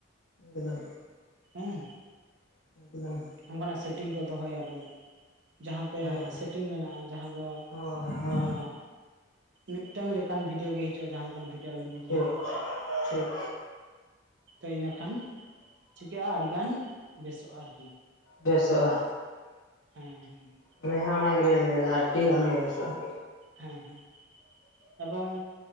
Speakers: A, on the left; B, on the right.
A: ᱮᱼᱫᱟ
B: ᱳᱦ
A: ' <inaudible> ᱟᱫ'
B: ᱚᱱᱠᱟ ᱱᱟᱜ ᱥᱮᱴᱤᱝ ᱠᱚ ᱫᱚᱦᱚᱭᱟᱵᱚᱱ ᱡᱟᱦᱟᱸᱛᱮ
A: ᱦᱮᱸ ᱦᱮᱸ
B: ᱥᱮᱴᱤᱝ ᱢᱮᱱᱟᱜᱼᱟ ᱡᱟᱦᱟᱸ ᱫᱚ
A: ᱦᱳᱭ ᱦᱳᱭ
B: ᱚᱜ ᱢᱤᱫᱴᱟᱝ ᱞᱮᱠᱟᱱ ᱵᱷᱤᱰᱭᱳ ᱜᱮ ᱦᱤᱡᱩᱜᱼᱟ ᱡᱟᱦᱟᱸ ᱞᱮᱠᱟᱱ ᱵᱷᱤᱰ- ᱡᱮ ᱟᱹᱵᱤᱱ ᱵᱤᱱ
A: ᱴᱷᱤᱠ
B: ᱧᱮᱞᱟ
A: ᱴᱷᱤᱠ
B: ᱛᱚ ᱤᱱᱟᱹᱠᱷᱟᱱ ᱪᱤᱠᱟᱹᱜᱼᱟ ᱟᱰᱤᱜᱟᱱ ᱵᱮᱥᱚᱜᱼᱟ ᱟᱨᱠᱤ
A: ᱵᱮᱥᱚᱜᱼᱟ
B: ᱦᱮᱸ
A: ᱟᱹᱞᱤᱧ ᱦᱚᱸ ᱚᱱᱟᱜᱮᱞᱤᱧ ᱞᱟᱹᱭ ᱫᱟ ᱟᱹᱰᱰᱤ ᱜᱟᱱ ᱜᱮ ᱵᱮᱥᱚᱜᱼᱟ
B: ᱦᱮᱸ ᱦᱮᱸ ᱮᱵᱚᱝ